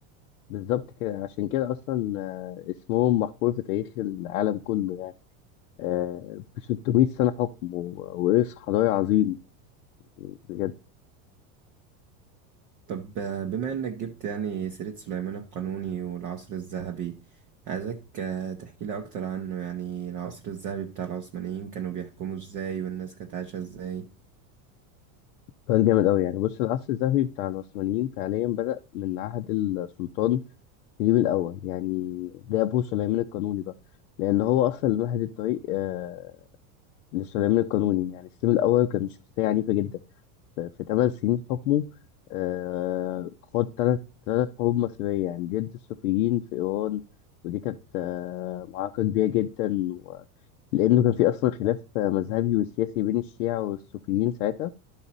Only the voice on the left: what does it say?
بالظبط كده عشان كده اصلا آه، اسمهم محفور في تاريخ العالم كله يعني آه، ب 600 سنه حكم و- وارث حضاري عظيم بجد
سؤال جامد قوي يعني بص العصر الذهبي بتاع العثمانيين فعليا بدأ من عهد السلطان سليم الاول يعني ده ابو سليمان القانوني بقى لان هو اصلا اللي مهد الطريق آه، للسلام القانوني يعني السلم الأول كان شخصية عنيفة جدا ف- في ثمان سنين حكمه آه، خاض ثلاث ثلاث حروب مصرية يعني ضد الصوفيين في إيران ودي كانت آه، معركة كبيرة جدا و... لأنه كان في أصلا خلاف آه، مذهبي وسياسي بين الشيعة والصوفيين ساعتها